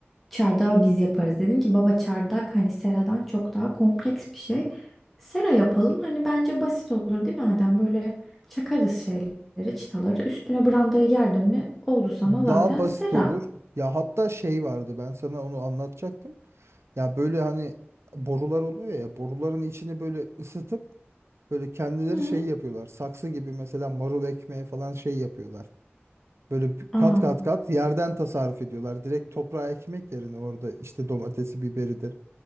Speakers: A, in the centre; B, on the right (about 80°).
A: çardağı biz yaparız. Dedim ki baba çardak hani seradan çok daha kompleks bir şey. Sera yapalım. Hani bence basit olur değil mi Adem? Böyle çakarız şeyleri, çıtaları. Üstüne brandayı gerdin mi oldu sana
B: Daha
A: zaten
B: basit
A: sera.
B: olur. Ya hatta şey vardı ben sana onu anlatacaktım. Ya böyle hani borular oluyor ya boruların içini böyle ısıtıp Böyle kendileri
A: Hı.
B: şey yapıyorlar. Saksı gibi mesela marul ekmeği falan şey yapıyorlar. Böyle p-
A: Aa.
B: kat kat kat yerden tasarruf ediyorlar. Direkt toprağa ekmek yerine orada işte domatesi, biberidir.